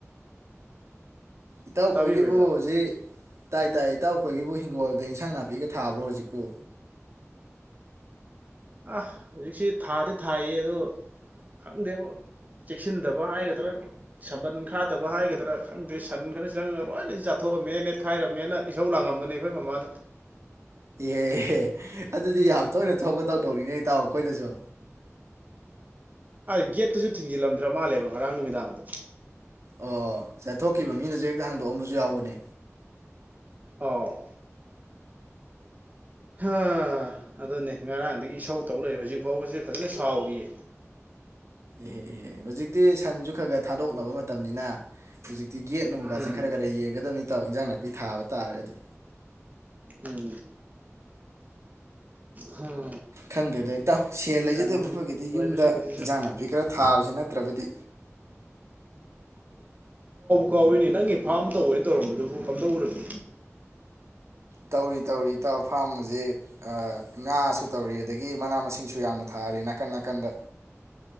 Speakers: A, on the right (about 65°); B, on the right (about 35°).
A: ꯏꯇꯥꯎꯈꯣꯏꯒꯤꯕꯨ
B: ꯇꯥꯕꯤꯕ꯭ꯔꯥ ꯏꯇꯥꯎ
A: ꯍꯧꯖꯤꯛ ꯇꯥꯏ ꯇꯥꯏ ꯏꯇꯥꯎ ꯈꯣꯏꯒꯤꯕꯨ ꯍꯤꯡꯒꯣꯜꯗ ꯏꯟꯁꯥꯡ ꯅꯥꯄꯤꯒ ꯊꯥꯕ꯭ꯔꯣ ꯍꯧꯖꯤꯛꯄꯨ
B: ꯑ ꯍꯧꯖꯤꯛꯁꯤ ꯊꯥꯗꯤ ꯊꯥꯏꯌꯦ ꯑꯗꯣ ꯈꯪꯗꯦꯕ ꯆꯦꯛꯁꯤꯟꯗꯕ ꯍꯥꯏꯒꯗ꯭ꯔꯥ ꯁꯝꯕꯟ ꯈꯥꯗꯕ ꯍꯥꯏꯒꯗ꯭ꯔꯥ ꯈꯪꯗꯦ ꯁꯟ ꯈꯔ ꯆꯪꯉꯒ ꯂꯣꯏꯅ ꯆꯥꯊꯣꯛꯑꯝꯃꯦꯅ ꯅꯦꯠꯈꯥꯏꯔꯝꯃꯦꯅ ꯏꯁꯧ ꯂꯥꯡꯉꯝꯕꯅꯦ ꯑꯩꯈꯣꯏ ꯃꯃꯥꯗ
A: ꯑꯦꯍꯦ ꯑꯗꯨꯗꯤ ꯌꯥꯝ ꯇꯣꯏꯅ ꯊꯣꯛꯄ ꯊꯧꯗꯣꯛꯅꯤꯅꯦ ꯏꯇꯥꯎ ꯑꯩꯈꯣꯏꯗꯁꯨ
B: ꯑꯥꯏ ꯒꯦꯠꯇꯨꯁꯨ ꯊꯤꯡꯖꯤꯜꯂꯝꯗ꯭ꯔ ꯃꯥꯜꯂꯦꯕ ꯉꯔꯥꯡ ꯅꯨꯃꯤꯗꯥꯡꯗꯣ
A: ꯑꯣ ꯆꯠꯊꯣꯛꯈꯤꯕ ꯃꯤꯅꯁꯨ ꯍꯦꯛꯇ ꯍꯥꯡꯗꯣꯛꯑꯝꯕꯁꯨ ꯌꯥꯎꯕꯅꯦ
B: ꯑꯥꯎ ꯍꯥ ꯑꯗꯨꯅꯦ ꯉꯔꯥꯡꯗꯒꯤ ꯏꯁꯧ ꯇꯧ ꯂꯩꯔꯦ ꯍꯧꯖꯤꯛ ꯐꯥꯎꯕꯁꯤ ꯐꯖꯅ ꯁꯥꯎꯔꯤꯌꯦ
A: ꯑꯦ ꯑꯦ ꯍꯧꯖꯤꯛꯇꯤ ꯁꯟꯖꯨ ꯈꯔ ꯈꯔ ꯊꯥꯗꯣꯛꯅꯕ ꯃꯇꯝꯅꯤꯅ ꯍꯧꯖꯤꯛꯇꯤ ꯒꯦꯠ ꯅꯨꯡꯒꯁꯦ
B: ꯎꯝ
A: ꯈꯔ ꯈꯔ ꯌꯦꯡꯒꯗꯕꯅꯤ ꯢꯇꯥꯎ ꯏꯟꯖꯥꯡ ꯅꯥꯄꯤ ꯊꯥꯕ ꯇꯥꯔꯒꯗꯤ
B: ꯎꯝ ꯍꯝ
A: ꯈꯪꯗ꯭ꯔꯦꯗ ꯏꯇꯥꯎ ꯁꯦꯜ ꯂꯩꯖꯗꯕ
B: ꯁꯟ
A: ꯑꯩꯈꯣꯏꯒꯤꯗꯤ
B: ꯂꯣꯏꯕꯁꯤꯡꯁꯤꯁꯨ
A: ꯌꯨꯝꯗ ꯏꯟꯖꯥꯡ ꯅꯥꯄꯤ ꯈꯔ ꯊꯥꯕꯕꯁꯤ ꯅꯠꯇ꯭ꯔꯕꯗꯤ
B: ꯀꯥꯎꯋꯤꯅꯦ ꯅꯪꯒꯤ ꯐꯥꯝ ꯇꯧꯋꯦꯅ ꯇꯧꯔꯝꯕꯗꯨꯕꯨ ꯀꯝꯗꯧꯒꯔꯒꯦ
A: ꯇꯧꯔꯤ ꯇꯧꯔꯤ ꯢꯇꯥꯎ ꯐꯥꯝ ꯁꯦ ꯉꯥꯁꯨ ꯇꯧꯔꯤ ꯑꯗꯒꯤ ꯃꯅꯥ ꯃꯁꯤꯡꯁꯨ ꯌꯥꯝꯅ ꯊꯥꯔꯤ ꯅꯥꯀꯟ ꯅꯥꯀꯟꯗ